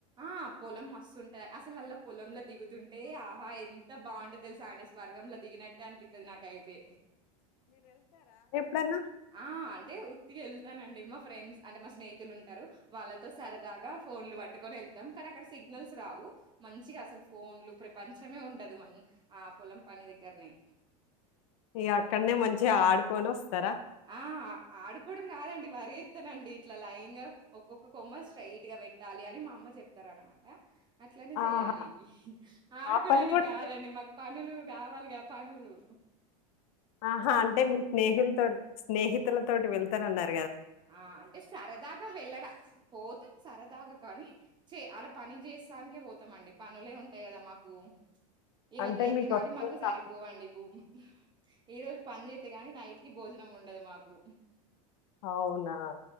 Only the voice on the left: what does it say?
డన్న?
ఇగ అక్కడ్నే మంచిగ ఆడుకు కొనొస్తరా?
ఆహా!
ఆ పని గూడా
చే
ఆహా అంటే, మీ స్నేహిల్ తోట్, స్నేహితులతోటి వెళ్తానన్నరు
అంటే
మీకొస్తదో
రాదో
అవునా?